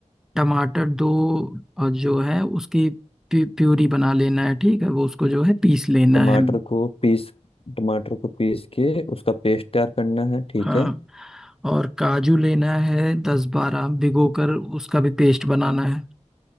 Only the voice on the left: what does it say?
टमाटर
को पीस टमाटर को पीस के उसका पेस्ट तैयार करना है ठीक
है